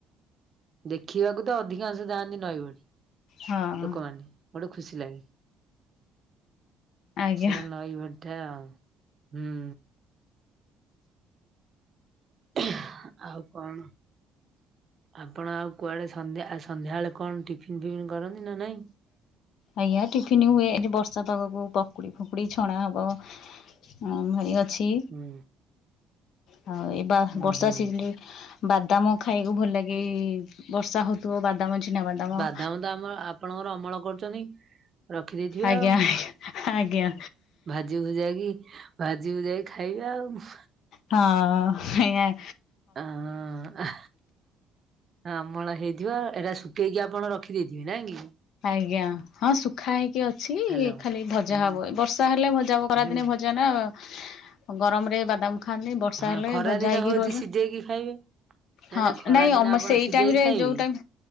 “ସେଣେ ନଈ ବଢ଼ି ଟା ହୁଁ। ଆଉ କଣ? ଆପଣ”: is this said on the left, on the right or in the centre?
Right